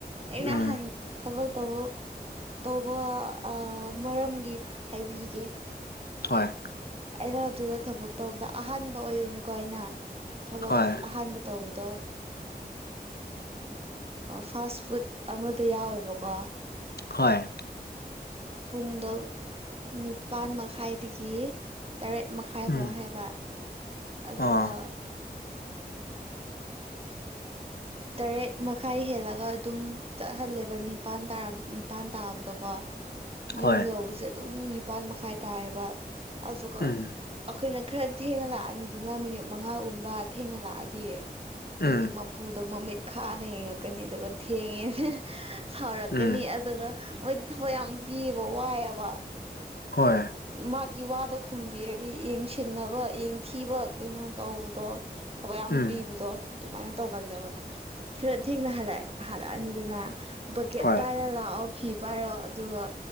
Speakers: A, on the right; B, on the left.
A: ꯑꯩꯅ
B: ꯎꯝ
A: ꯍꯥꯟ ꯊꯕꯛ ꯇꯧꯕ ꯇꯧꯕ ꯃꯔꯝꯒꯤ ꯍꯥꯏꯕꯤꯔꯤꯒꯦ
B: ꯍꯣꯏ
A: ꯑꯩꯅ ꯑꯗꯨꯗ ꯊꯕꯛ ꯇꯧꯕꯗ ꯑꯍꯥꯟꯕ ꯑꯣꯏꯗꯣꯏꯅꯀꯣ ꯑꯩꯅ ꯊꯕꯛ
B: ꯍꯣꯏ
A: ꯑꯍꯥꯟꯕ ꯇꯧꯕꯗꯣ ꯐꯥꯁ ꯐꯨꯗ ꯑꯃꯗ ꯌꯥꯎꯋꯦꯕꯀꯣ
B: ꯍꯣꯏ
A: ꯄꯨꯡꯗ ꯅꯤꯄꯥꯥꯟ ꯃꯈꯥꯏꯗꯒꯤ ꯇꯔꯦꯠ ꯃꯈꯥꯏ
B: ꯎꯝ
A: ꯐꯥꯎ ꯍꯥꯏꯕ ꯑꯗꯨꯒ
B: ꯑꯥ
A: ꯇꯔꯦꯠ ꯃꯈꯥꯏ ꯍꯦꯜꯂꯒ ꯑꯗꯨꯝ ꯆꯠꯍꯜꯂꯦꯕ ꯅꯤꯄꯥꯟ ꯅꯤꯄꯜ ꯇꯥꯕꯗꯀꯣ
B: ꯍꯣꯏ
A: ꯌꯨꯝ ꯌꯧꯕꯁꯦ ꯑꯗꯨꯝ ꯅꯤꯄꯥꯥꯟ ꯃꯈꯥꯏ ꯇꯥꯏꯌꯦꯕ ꯑꯗꯨꯒ
B: ꯎꯝ
A: ꯑꯩꯈꯣꯏꯅ ꯈꯔ ꯊꯦꯡꯅ ꯂꯥꯛꯑꯅꯤꯗꯨꯅ ꯃꯤꯅꯤꯠ ꯃꯉꯥꯒꯨꯝꯕ ꯊꯦꯡꯅ ꯂꯥꯛꯑꯗꯤ ꯃꯣꯏꯒꯤ
B: ꯎꯝ
A: ꯎꯄꯨꯗꯣ ꯃꯃꯤꯠ ꯈꯥꯅ ꯌꯦꯡꯉꯛꯀꯅꯤ ꯑꯗꯨꯒ ꯊꯦꯡꯉꯦꯅ ꯁꯥꯥꯎꯔꯛꯀꯅꯤ
B: ꯎꯝ
A: ꯑꯗꯨꯒ ꯃꯣꯏꯗꯤ ꯊꯕꯛ ꯌꯥꯝ ꯄꯤꯌꯦꯕ ꯋꯥꯏꯑꯕ
B: ꯍꯣꯏ
A: ꯃꯥꯒꯤ ꯋꯥꯗꯣ ꯈꯨꯝꯕꯤꯔꯗꯤ ꯌꯦꯡꯁꯤꯟꯅꯕ ꯌꯦꯡꯊꯤꯕ ꯀꯩꯅꯣ ꯇꯧꯕꯗꯣ ꯊꯕꯛ ꯌꯥꯝ
B: ꯎꯝ
A: ꯄꯤꯕꯗꯣ ꯑꯗꯨꯃꯥꯏꯅ ꯇꯧꯒꯜꯂꯦꯕ ꯈꯔ ꯊꯦꯡꯅꯜꯂꯑꯦ ꯍꯜꯂꯛꯑꯅꯤꯗꯅ ꯕꯛꯀꯦꯠ
B: ꯍꯣꯏ
A: ꯄꯥꯏꯔ ꯂꯥꯛꯑꯣ ꯐꯤ ꯄꯥꯏꯔꯣ ꯑꯗꯨꯒ